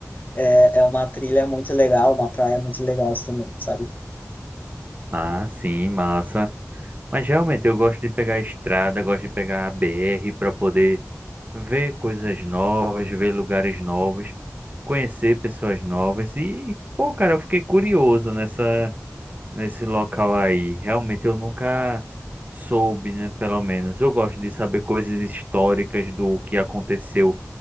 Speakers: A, on the left; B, on the right.
A: É, é uma trilha muito legal, uma praia muito legal também, sabe?
B: Ah, sim, massa. Mas realmente eu gosto de pegar a estrada, gosto de pegar a BR para poder ver coisas novas, ver lugares novos, conhecer pessoas novas. E, pô, cara, eu fiquei curioso nessa, nesse local aí. Realmente eu nunca soube, né? Pelo menos. Eu gosto de saber coisas históricas do que aconteceu